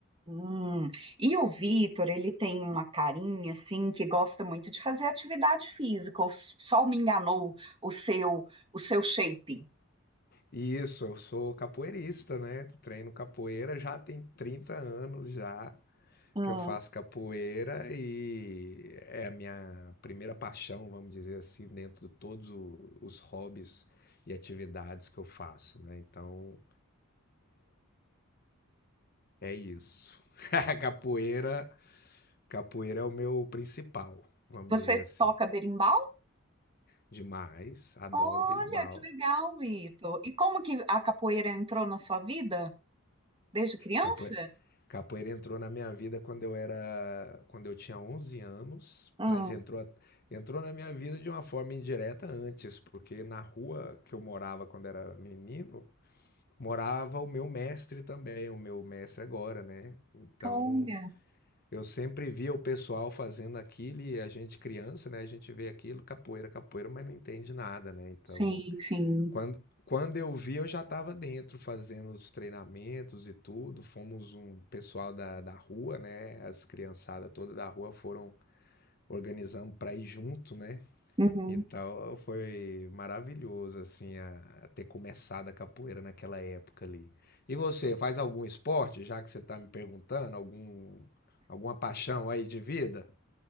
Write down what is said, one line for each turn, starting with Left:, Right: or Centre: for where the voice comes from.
Right: Hum. E o Vitor, ele tem uma carinha assim que gosta muito de fazer atividade física. Ou s- só me enganou o seu o seu shape.
Left: E Isso, eu sou capoeirista, né? Treino capoeira já tem 30 anos já
Right: Hum.
Left: que eu faço capoeira e é a minha primeira paixão, vamos dizer assim, dentro de todos o- os hobbies e atividades que eu faço, né? Então, É isso. <laughs> A Capoeira, capoeira é o meu principal, vamos
Right: Você
Left: dizer assim.
Right: toca berimbau?
Left: Demais, adoro
Right: Olha,
Left: berimbau.
Right: que legal, Vitor. E como que a capoeira entrou na sua vida? Desde criança?
Left: Capoeira, capoeira entrou na minha vida quando eu era, quando eu tinha 11 anos,
Right: Ah,
Left: mas entrou, entrou na minha vida de uma forma indireta antes, porque na rua que eu morava quando era menino, morava o meu mestre também, o meu mestre agora, né? Então,
Right: olha,
Left: Eu sempre via o pessoal fazendo aquilo e a gente criança, né? A gente vê aquilo, capoeira, capoeira, mas não entende nada, né? Então,
Right: sim, sim.
Left: quando, quando eu vi, eu já estava dentro fazendo os treinamentos e tudo. Fomos um pessoal da, da rua, né? As criançadas toda da rua foram organizando para ir junto, né?
Right: Uhum.
Left: Então foi maravilhoso assim a, a ter começado a capoeira naquela época ali. E você faz algum esporte, já que você está me perguntando, algum alguma paixão aí de vida?